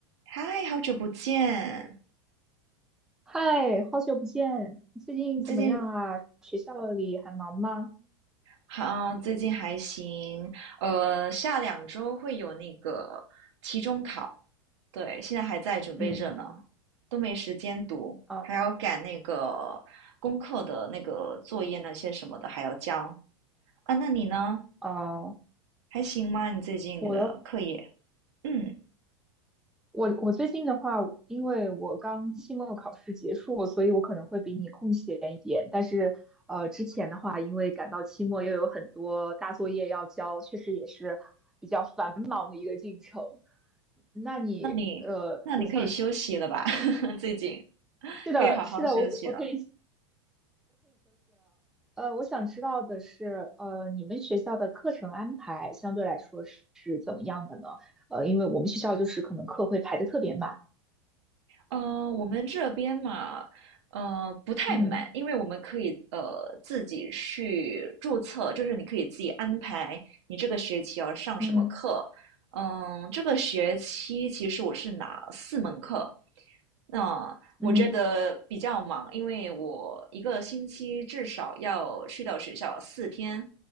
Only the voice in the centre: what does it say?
嗨，好久不见，你最近怎么样啊？
学校里还忙吗？
嗯，
啊
啊，
我的
我我最近的话，因为我刚期末考试结束，所以我可能会比你空闲一点。但是呃，之前的话，因为赶到期末又有很多大作业要交，确实也是比较繁忙的一个进程。那你呃，
我想
是的，
是的，我我可以呃，我想知道的是，呃，你们学校的课程安排相对来说是是怎么样的呢？呃，因为我们学校就是可能课会排得特别满，
嗯，
嗯
嗯